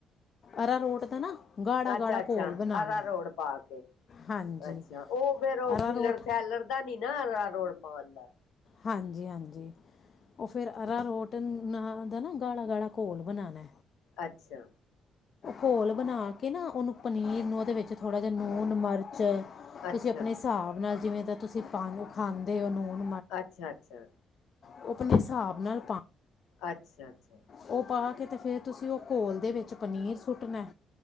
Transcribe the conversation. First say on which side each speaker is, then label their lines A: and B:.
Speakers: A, on the left; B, on the left.
A: ਅਰਾਰੋਟ ਦਾ ਨਾ ਗਾੜਾ
B: ਅੱਛਾ-ਅੱਛਾ
A: ਗਾੜਾ ਘੋਲ ਬਣਾਉਣਾ
B: ਅਰਾ ਰੋਡ ਪਾ ਕੇ
A: ਹਾਂਜੀ
B: ਅੱਛਾ ਉਹ ਫੇਰ ਉਹ
A: ਅਰਾਰੋਟ
B: ਖਿਲੜ ਸੈਲੜ ਦਾ ਨੀ ਨਾ ਅਰਾ ਰੋਡ ਬਦਾ
A: ਹਾਂਜੀ-ਹਾਂਜੀ। ਫਿਰ ਅਰਾ ਰੋਟ ਨ ਦਾ ਨਾ ਗਾੜਾ-ਗਾੜਾ ਘੋਲ ਬਣਾਉਣਾ।
B: ਅੱਛਾ।
A: ਘੋਲ ਬਣਾ ਕੇ ਨਾ ਉਹਨੂੰ ਪਨੀਰ ਨੂੰ ਉਹਦੇ ਵਿੱਚ ਥੋੜਾ ਜਿਹਾ ਲੂਣ ਮਿਰਚ।
B: ਅੱਛਾ
A: ਤੁਸੀਂ ਆਪਣੇ ਹਿਸਾਬ ਨਾਲ। ਜਿਵੇਂ ਤਾਂ ਤੁਸੀਂ ਪਾ ਉਹ ਖਾਂਦੇ ਹੋ ਲੂਣ
B: ਅੱਛਾ-ਅੱਛਾ।
A: ਉਹ ਆਪਣੇ ਹਿਸਾਬ ਨਾਲ ਪਾ।
B: ਅੱਛਾ- ਅੱਛਾ।
A: ਉਹ ਪਾ ਕੇ ਤੇ ਫੇਰ ਤੁਸੀਂ ਉਹ ਘੋਲ ਦੇ ਵਿੱਚ ਪਨੀਰ ਸੁੱਟਣਾ।